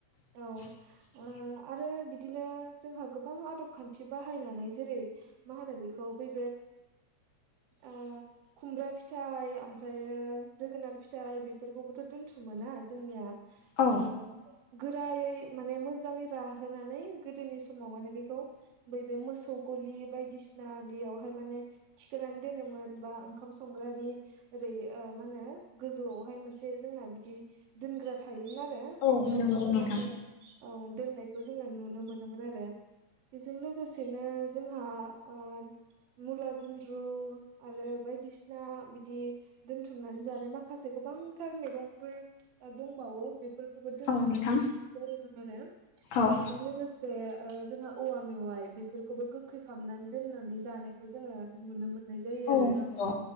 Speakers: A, on the left; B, on the right.
A: <inaudible>
B: औ ओ आरो बिदिनो जोंहा गोबां आदब खान्थि बाहायनानै जेरै मा होनो बेखौ बे ओ खुमब्रा फिथाइ आमफ्रायो जोगोनार फिथाइ बे बेफोरफोरखौबोथ' दोनथुमो ना जोंनिया
A: औ
B: ओ गोरायै माने मोजाङै राहोनानै गोदोनि समाव माने बेखौ बैबे मोसौ गलि बायदिसिना बेयावहाय माने थिखोनानै दोनोमोन बा ओंखाम संग्रानि ओरै ओ मा होनो गोजौवावहाय एसे जोंना बिदि दोनग्रा थायोमोन आरो बेफोराव
A: औ नंगौ
B: थिखोनानै
A: नोंथां
B: औ दोननायखौ जोङो नुनो मोनोमोन आरो बेजों लोगोसेनो जोंहा ओ मुला गुन्द्रु आरो बायदिसिना बिदि दोनथुमनानै जानाय माखासे गोबां थार मैगंफोर दंबावो बेफोर बेफोरखौ दोनथुमनानै
A: औ नोंथां
B: जायोमोन आरो
A: औ
B: बेजों लोगोसे ओ जोंहा औवा मेवाइ बेफोरखौबो गोखै खालामनानै दोननानै जानायखौ जोङो नुनो मोनो जायो
A: औ
B: आरो
A: नंगौ